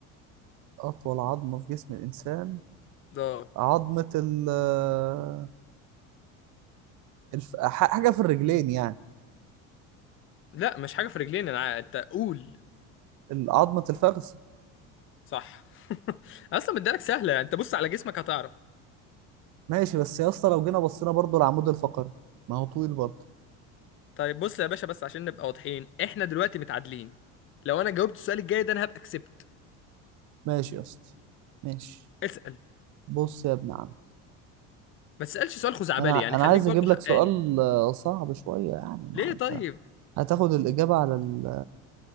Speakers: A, on the right (about 55°); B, on the left (about 35°).
A: أطول عظمة في جسم الإنسان
B: ده
A: عظمة ال آه، الف... ح- حاجة في الرجلين يعني
B: لا مش حاجه في رجلين انا ع- انت قول
A: ال- عظمة الفخذ
B: صح <laughs> اصلا مديلك سهله انت بص على جسمك هتعرف
A: ماشي بس يا اسطى لو جينا بصينا برضو العمود الفقري ما هو طويل برضه
B: طيب بص يا باشا بس عشان نبقى واضحين احنا دلوقتي متعادلين لو انا جاوبت السؤال الجاي ده انا هبقى كسبت
A: ماشي يا اسطى ماشي
B: اسال
A: بص يا ابن عم
B: ما تسألش سؤال خزعبلي
A: انا
B: يعني
A: انا
B: خليك
A: عايز
B: برضه
A: اجيب
B: حقاني
A: لك سؤال آه، صعب شويه يعني ما
B: ليه
A: انت
B: طيب
A: هتاخد الاجابه على ال...